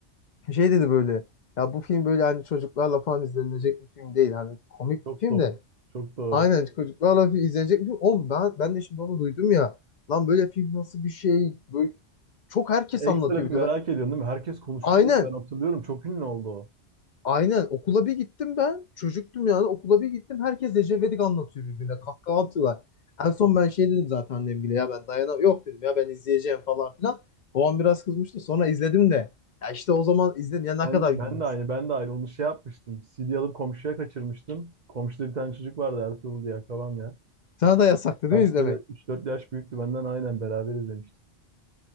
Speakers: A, on the left; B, on the right.
A: Şey dedi böyle ya bu film böyle hani çocuklarla falan izlenilecek bir film değil. Hani komik
B: Çok
A: bir film
B: doğru.
A: de
B: Çok doğru.
A: aynen çocuklarla fi- izlenecek bir film. Oğlum ben, ben de şimdi onu duydum ya. Lan böyle film nasıl bir şey? Böyle çok herkes
B: Ekstra
A: anlatıyor
B: bir
A: bir
B: merak
A: de. Ben.
B: ediyorsun değil mi? Herkes konuşuyordu.
A: Aynen.
B: Ben hatırlıyorum. Çok ünlü oldu o.
A: Aynen okula bir gittim ben. Çocuktum yani okula bir gittim. Herkes Ecevit'i anlatıyor birbirine. Kahkaha atıyorlar. En son ben şey dedim zaten annemgile ya ben dayanamam. Yok dedim ya ben izleyeceğim falan filan. Babam biraz kızmıştı. Sonra izledim de. Ya işte o zaman izledim ya ne
B: Ben,
A: kadar gülmüştüm.
B: ben de aynı. Ben de aynı. Onu şey yapmıştım. CD alıp komşuya kaçırmıştım. Komşuda bir tane çocuk vardı Ertuğrul diye akrabam ya.
A: Sana da yasaktı
B: Belki
A: değil mi izlemek?
B: böyle üç dört yaş büyüktü benden aynen beraber izlemiştik.